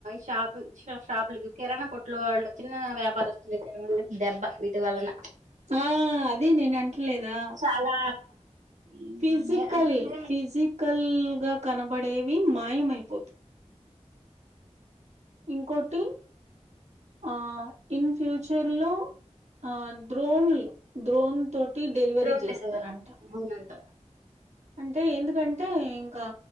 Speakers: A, on the right; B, on the right.
A: షాపు షాపు కిరాణా కొట్ల వాళ్ళు చిన్న వ్యాపారస్తులు కు ఏమన్న దెబ్బ వీటి వలన
B: ఆ అది నేను అంట్లే దా
A: చాలా ఏమండే
B: ఫిజికల్
A: ఏంటంటే
B: ఫిజికల్గా కనబడేవి మాయమయిపోత ఇంకోటి ఆ ఇన్ ఫ్యూచర్ లో ఆ డ్రోన్లు డ్రోన్ తో టీ డెలివరీ
A: డ్రోన్
B: చేస్తారంట
A: డెలివరీ అవునంట
B: అంటే ఎందుకంటే ఇంకా